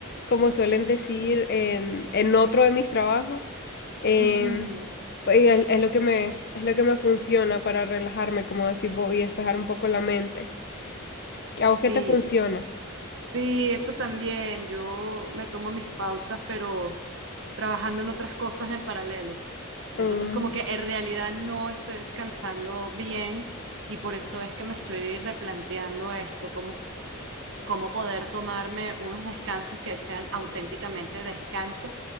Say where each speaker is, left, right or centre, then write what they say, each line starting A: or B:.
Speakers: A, on the left (about 50°); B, on the right (about 60°).
A: como suelen decir en, en otro de mis trabajos. em,
B: Ujú.
A: pues, es, es lo que me, es lo que me funciona para relajarme, como decir, y despejar un poco la mente. ¿A vos
B: Sí,
A: qué te funciona?
B: sí, eso también. Yo me tomo mis pausas, pero trabajando en otras cosas en paralelo.
A: Mm,
B: Entonces, como que en realidad no estoy descansando bien y por eso es que me estoy replanteando esto, cómo poder tomarme unos descansos que sean auténticamente descanso